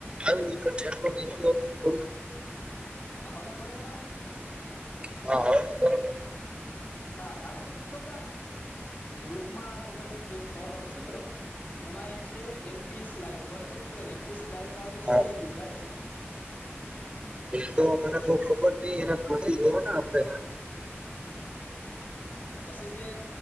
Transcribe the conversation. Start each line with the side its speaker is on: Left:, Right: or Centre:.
Right: આવતો, બીધું હ.
Left: હવે બરોબર આવે?
Right: હા, હા.
Left: હા, અરે, હું એમ કે ગ્રુપમાં. છ લોક છે, બરોબર? એમાં એક છે એમપી. લાઈવ, બરોબર? તો એમપી લાઈવ વાળો છે,
Right: હા
Left: એ ગુજરાતી છે.
Right: તો મને બહુ ખબર નઈ, એને ફને જોવા ના આપે.
Left: પછી છે,